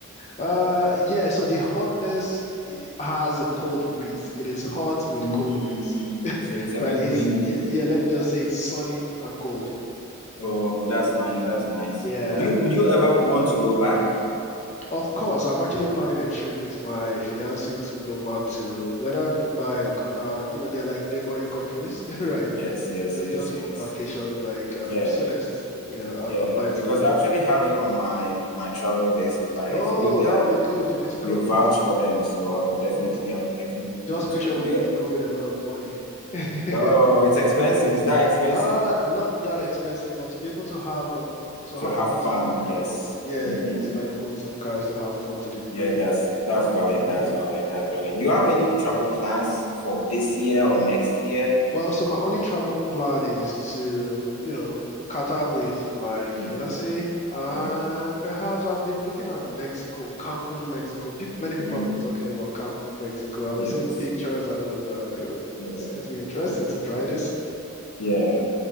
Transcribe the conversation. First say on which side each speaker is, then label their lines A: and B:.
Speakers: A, on the left; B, on the left.
A: Uh, yeah. So the hotness it has a cold breeze. It is hot with
B: Mm,
A: cold breeze,
B: so it's a
A: right?
B: bit
A: It's
B: windy.
A: yeah, yeah. Let me just say it's sunny and cold.
B: Oh, that's nice. That's nice.
A: Yeah.
B: Would you would you ever want to go back?
A: Of course, I'm actually planning a trip with my fiance to go back to whether Dubai or Qatar. You know, they're like neighboring countries, <laughs> right?
B: Yes, yes,
A: So
B: yes,
A: just
B: yes.
A: for vacations, like um,
B: Yeah,
A: soonest, you know, I'm,
B: yeah,
A: I'm planning
B: because
A: to do that.
B: I actually have it on my my travel list, but
A: Oh,
B: it's good that
A: that would be good. You need to go.
B: you
A: You
B: vouch
A: need to
B: for
A: go.
B: them, so I'll definitely
A: hmm
B: I'll definitely look
A: Just
B: into
A: make sure
B: it. Yeah.
A: you go with a lot of money. <laughs>
B: Oh, it's expensive. It's that expensive
A: Uh, not that expensive, but to be able to have a, f- to
B: to
A: have
B: have
A: fun to
B: fun.
A: the brim.
B: Yes.
A: Yeah,
B: hmm
A: you need to like hold some cash to have fun to the brim.
B: Yeah, that's that's valid.
A: Mm-hmm.
B: That's valid. That's valid. You have any travel plans for this year or next year?
A: Well, so my only travel plan is to, you know, Qatar with my fiance,
B: Mhm.
A: and
B: Yeah.
A: perhaps I've been looking at Mexico, Cancun, Mexico. Peop many people
B: Mm.
A: have been talking about Cancun, Mexico. I've
B: Yes.
A: been seeing pictures and all of that. I'm like, oh,
B: Yeah.
A: it's going to be interesting to try this.
B: Yeah.